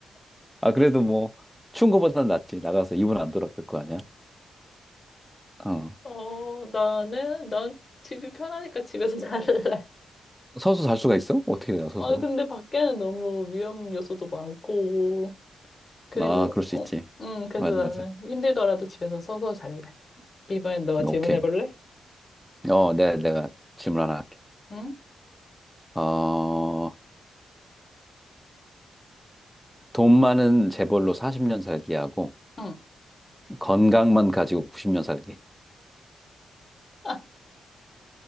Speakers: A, in the centre; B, on the left.
A: 아, 그래도 뭐, 추운 거보단 낫지. 나가서 이불 안 돌아갈 거 아니야? 어.
B: 어, 나는, 난 집이 편하니까 집에서 <laughs> 잘래.
A: 서서 잘 수가 있어? 어떻게 내가 서서?
B: 아, 근데 밖에는 너무 위험 요소도 많고, 그리고,
A: 아, 그럴 수
B: 어,
A: 있지.
B: 음, 그래서
A: 맞아,
B: 나는
A: 맞아.
B: 힘들더라도 집에서 서서 잘래. 이번엔 너가 질문해
A: 오케이.
B: 볼래?
A: 어, 내, 내가 질문 하나 할게.
B: 응?
A: 어, 돈 많은 재벌로 40년 살기 하고,
B: 응.
A: 건강만 가지고 90년 살기.
B: 아,